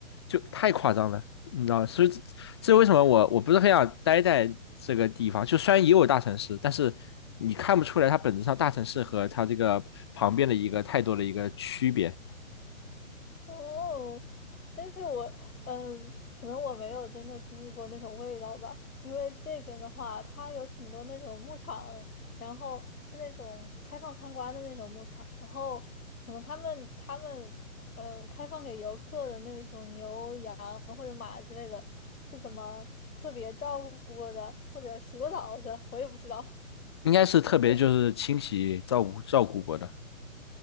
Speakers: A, on the left (about 20°); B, on the left (about 85°).
A: 就太夸张了。你知道，所以这这为什么我我不是很想待在这个地方？就虽然也有大城市，但是你看不出来它本质上大城市和它这个旁边的一个太多的一个区别，
B: <laughs> 哦，但是我嗯，可能我没有真的经历过那种味道吧，因为这边的话，它有挺多那种牧场，然后是那种开放参观的那种牧场，然后可能他们他们呃开放给游客的那种牛羊或者马之类的，是怎么特别照顾过的，或者洗过澡的，我也不知道。<laughs>
A: 应该是特别就是清洗照顾照顾过的。
B: 但是。